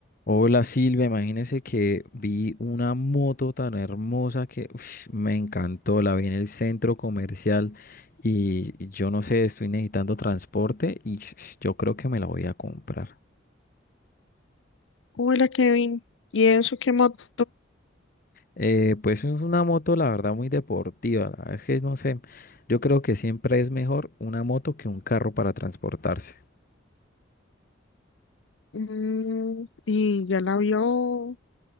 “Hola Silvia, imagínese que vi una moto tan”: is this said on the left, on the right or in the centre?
Left